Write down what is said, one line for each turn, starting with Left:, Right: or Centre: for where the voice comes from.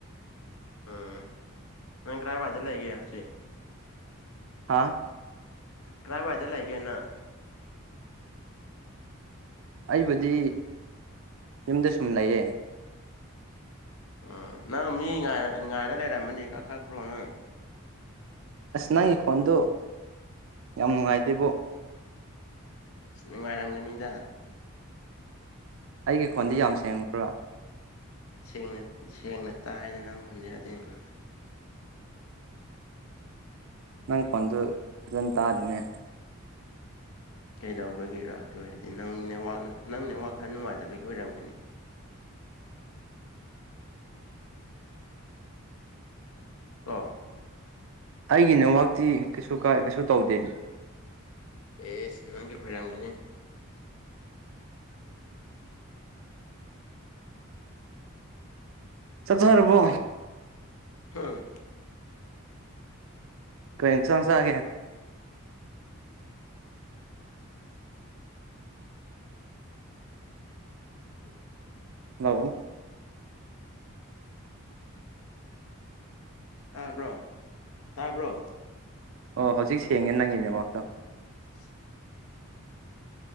Left: ꯎꯝ ꯅꯪ ꯀꯔꯥꯏꯋꯥꯏꯗ ꯂꯩꯒꯦ ꯍꯧꯖꯤꯛ
Right: ꯍꯥꯥ
Left: ꯀꯔꯥꯏꯋꯥꯏꯗ ꯂꯩꯒꯦ ꯅꯪ
Right: ꯑꯩꯕꯨꯗꯤ ꯌꯨꯝꯗ ꯁꯨꯝ ꯂꯩꯌꯦ
Left: ꯎꯝ ꯅꯪ ꯃꯤ ꯉꯥꯏꯔꯒ ꯂꯩꯔꯝꯕꯅꯤ ꯈꯛꯊꯠꯈ꯭ꯔ‌ꯣ ꯅꯪ
Right: ꯑꯁ ꯅꯪꯒꯤ ꯈꯣꯟꯗꯣ ꯌꯥꯝ ꯅꯨꯡꯉꯥꯏꯇꯦꯕꯣ
Left: ꯑꯁ ꯅꯨꯡꯉꯥꯏꯔꯝꯒꯅꯤꯗ
Right: ꯑꯩꯒꯤ ꯈꯣꯟꯗꯤ
Left: ꯅꯪꯅ
Right: ꯌꯥꯝ ꯁꯦꯡꯉꯕ꯭ꯔꯥ
Left: ꯁꯦꯡꯅ ꯁꯦꯡꯅ ꯇꯥꯏꯗꯅ ꯅꯪ ꯈꯣꯟꯖ‌ꯦꯜꯗꯤ ꯎꯝ
Right: ꯅꯪ ꯈ‌ꯣꯟꯗꯨ ꯐꯖꯅ ꯇꯥꯗ‌ꯦꯅꯦ
Left: ꯀꯩꯗꯧꯕꯒꯤꯔ ꯑꯗꯨ ꯑꯣꯏꯔꯗꯤ ꯅꯪ ꯅꯥꯛ ꯅꯪ ꯅꯦꯠꯋꯥꯛ ꯈꯔ ꯅꯨꯡꯉꯥꯏꯇꯕꯒꯤ ꯑꯣꯏꯔꯝꯒꯅꯤ ꯀꯣ
Right: ꯑꯩꯒꯤ ꯅꯦꯋꯥꯛꯇꯤ ꯀꯩꯁꯨ ꯀꯥꯏ ꯀꯩꯁꯨ ꯇꯧꯗꯦ꯫
Left: ꯑꯦꯁ ꯅꯪꯒꯤ ꯑꯣꯏꯔꯝꯒꯅꯦ꯫
Right: ꯆꯥꯛ ꯆꯥꯔꯕꯣ
Left: ꯍꯥꯥ꯫
Right: ꯀꯩ ꯏꯟꯁꯥꯡ ꯆꯥꯒꯦ꯫
Left: <inaudible>
Right: ꯍꯂꯣ꯫
Left: ꯇꯥꯕ꯭ꯔꯣ꯫ ꯇꯥꯕ꯭ꯔꯣ꯫
Right: ꯑꯣ ꯍꯧꯖꯤꯛ ꯁꯦꯡꯉꯦ ꯅꯪꯒꯤ ꯅꯦꯋꯥꯛꯇꯣ꯫
Left: <inaudible>